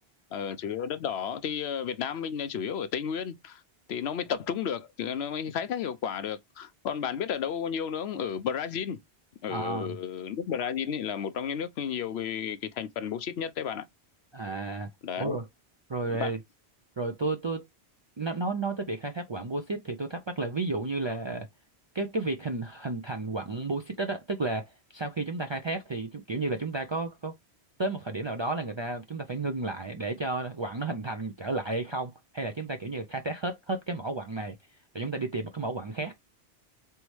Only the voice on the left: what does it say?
ờ, chủ yếu đất đỏ thì ờ, Việt Nam mình là chủ yếu ở Tây Nguyên thì nó mới tập trung được nó mới khai thác hiệu quả được còn bạn biết ở đâu nhiều nữa không? ở Brazil ở
nước Brazil ấy là một trong những nước nhiều cái, cái thành phần bauxit nhất đấy bạn ạ
đấy
bạn